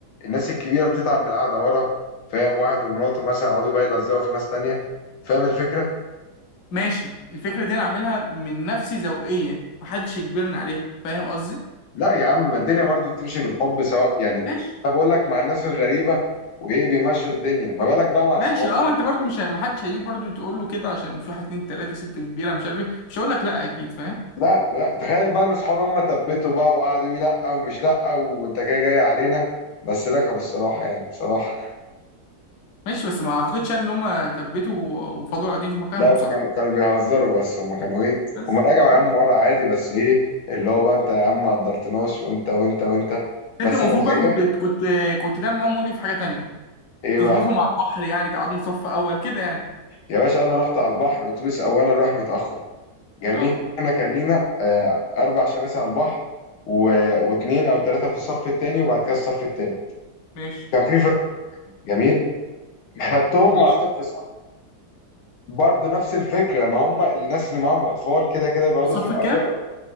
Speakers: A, on the left (about 85°); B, on the left (about 65°).
A: الناس الكبيره بتتعب من القعده ورا فاهم واحد ومراته مثلا يقعدوا بقى يلزقوا في ناس تانية فاهم الفكره
B: ماشي الفكرة دي انا عاملها من نفسي ذوقيا محدش يجبرني عليها فاهم قصدي
A: لا يا عم ما الدنيا برضو بتمشي بالحب سواء يعني
B: ماشي
A: انا بقول لك مع الناس الغريبه وايه بيمشوا الدنيا ما بالك بقى مع
B: ماشي
A: اصحابك
B: اه انت برضو مش ه- محدش هيجي برضو تقول له كده عشان في واحد اتنين تلاتة ست كبيرة مش عارف ايه مش هقول لك لا اكيد فاهم
A: لا لا تخيل بقى ان اصحابي هم تبتوا بقى وقعدوا يقولوا لا ومش لا وانت جاي جاي علينا بس ركبوا الصراحه يعني بصراحه
B: ماشي بس ما اعتقدش يعني ان هم ثبتوا وفضلوا قاعدين في مكانهم
A: لا هم
B: صح
A: كانوا كانوا بيهزروا بس هم كانوا ايه
B: بس
A: هم رجعوا
B: شوف
A: يا عم ورا عادي بس ايه اللي هو بقى انت يا عم ما قدرتناش وانت وانت وانت بس
B: انت المفروض
A: في الحقيقه
B: بقى كنت كنت كنت تعمل معاهم واجب في حاجة تانية
A: ايه
B: تظبطهم
A: بقى
B: على البحر يعني تقعدهم صف اول كده يعني
A: يا باشا انا رحت على البحر الاتوبيس اولا راح متاخر جميل
B: اه
A: احنا كان لينا آه، اربع شماسي على البحر و... واثنين او ثلاثه في الصف الثاني وبعد كده الصف الثالث
B: ماشي
A: كان في فرق جميل <laughs> خدتهم
B: ماشي
A: وقعدتهم في برضه نفس الفكره ما هم الناس اللي معاهم اطفال كده كده بيقعدوا
B: الصف
A: في الاول
B: الكام
A: او